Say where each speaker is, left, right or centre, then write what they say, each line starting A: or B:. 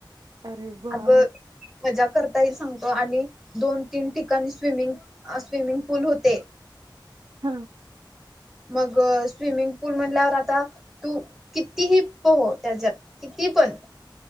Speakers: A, on the right; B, in the centre.
A: अरे वाह!
B: अगं मजा करता येईल सांगतो आणि दोन तीन ठिकाणी स्विमिंग स्विमिंग पूल होते.
A: हा
B: मग स्विमिंग पूल म्हणल्यावर आता तू कितीही पोह त्याज्यात किती पण